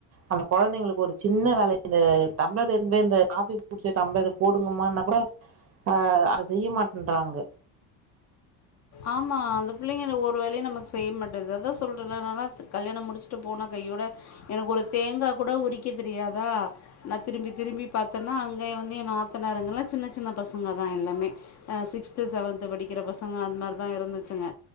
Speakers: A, on the right; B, on the left.
A: அந்த கொழந்தைங்களுக்கு ஒரு சின்ன வேல இந்த டம்பளர் எடுத்துனு போய் காஃபி குடிச்ச டம்பளரு போடுங்கமானா கூட ஆஹ் அத செய்ய மாட்டேன்றாங்க
B: ஆமாம் அந்த பிள்ளைங்க இந்த ஒரு வேலையும் நமக்கு செய்ய மாட்டேது அதான் சொல்றெல <unintelligible> கல்யாணம் முடிச்சுட்டு போன கையோட எனக்கு ஒரு தேங்காய் கூட உரிக்க தெரியாதா நான் திரும்பி திரும்பி பாத்தேன்னா அங்கே வந்து என் நாத்தனார்ங்லாம் சின்ன சின்ன பசங்க தான் எல்லாமே சிக்ஸ்து செவன்த் படிக்கிற பசங்க அந்த மாரி தான் இருந்துச்சுங்க